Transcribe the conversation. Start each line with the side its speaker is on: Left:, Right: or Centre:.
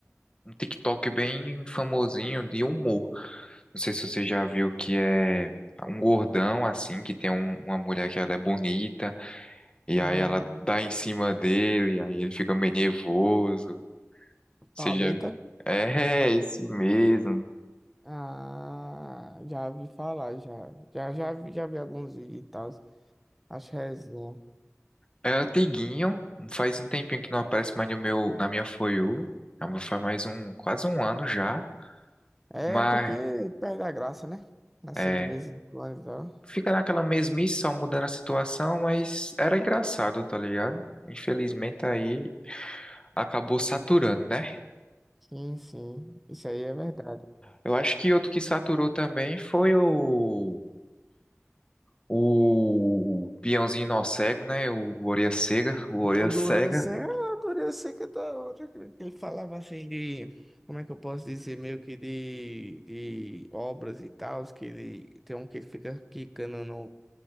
Left: um TikTok bem famosinho de humor. Não sei se você já viu que é um gordão assim, que tem um- uma mulher que ela é bonita, e
Centre: Hum,
Left: aí ela dá em cima dele, e aí ele fica meio nervoso. Você
Centre: Thalita?
Left: já é, é esse mesmo.
Centre: Ah, já vi falar, já. Já, já vi, já vi alguns vídeos e tal. Acho resenha.
Left: É antiguinho, faz um tempinho que não aparece mais no meu, na minha For You. Ah, mas Faz mais um, quase um ano já.
Centre: É
Left: Mas.
Centre: porque perde a graça, né? Assim,
Left: é,
Centre: de vez em quando e tal.
Left: Fica naquela mesmice, só mudando a situação, mas era engraçado, tá ligado? Infelizmente aí acabou saturando, né?
Centre: Sim, sim. Isso aí é verdade.
Left: Eu acho que outro que saturou também foi o, o peãozinho nó cego, né? O orelha cega, o orelha
Centre: O Dorian
Left: cega.
Centre: Seca, ah, o Dorian Seca é da hora, cara. Ele falava assim de, como é que eu posso dizer, meio que de, de obras e tal, que ele tem um que fica quicando no,